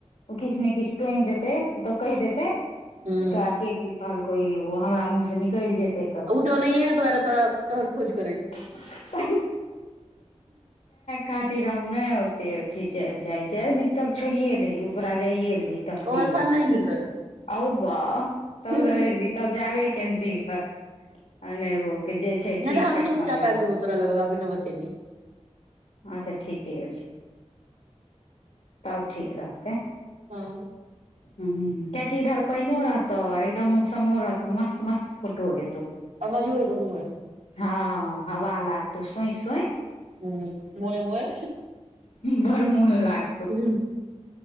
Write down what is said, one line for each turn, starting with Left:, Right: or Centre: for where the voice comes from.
Left: ओ किछु ने किछु टोनि देतै मतलब कहि देतै
Right: हूँ
Left: जे तोरा के की कहलको इ- ओ हमरा मुँह से निकलि जेतै तऽ
Right: उ तऽ ओनैहियै के दुआारे तो- तोहर खोज करे छो।
Left: <inaudible> खातिर हम ओते अथी जाय ले चाहे छै बब छोड़िये दह ओकरा जाइे दही तखनी
Right: ओ एखन
Left: जेबै
Right: नहि जेतै
Left: ओउ बाउ तब
Right: नहि
Left: रहै दही तब जाबे कैन्सिल कर अन्हरहो के जे छै
Right: नहि
Left: ठीक
Right: त हम
Left: छै अपना
Right: चुप- चापा
Left: जगह
Right: आबि
Left: पर
Right: जेबो तोरा लग बिना बतोने।
Left: अच्छा ठीके अछि, तब ठीक रहतै।
Right: हँऽ।
Left: हू कियकि इधर पाइनो रहतौ, एकदम मौसमो रहतौ मस्त- मस्त फोटो एतौ
Right: आ मजो एतो घुमयऽ में।
Left: हँ हवा लागतौ सोइ -सोइ
Right: मे हूँ मोए मोए
Left: बड़ मोन लाग
Right: ह